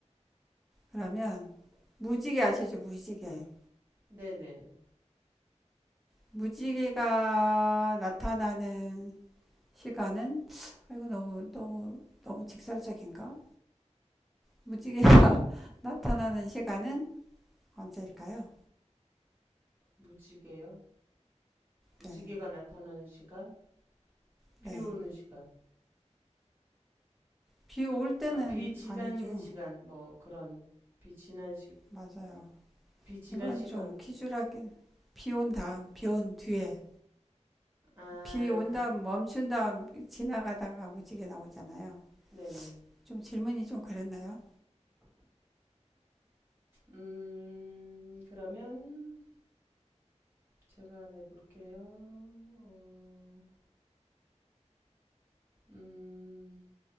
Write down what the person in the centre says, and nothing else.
그러면 무지개 아시죠? 무지개.
무지개가 나타나는 시간은 아, 이거 너무 너무 너무 직설적인가? 무지개가 <laughs> 나타나는 시간은 언제일까요?
네,
네.
비 올 때는
아니죠.
맞아요.
이건
좀 키주하게 비 온 다음, 비 온 뒤에,
비 온 다음 멈춘 다음 지나가다가 무지개 나오잖아요.
좀 질문이 좀 그랬나요?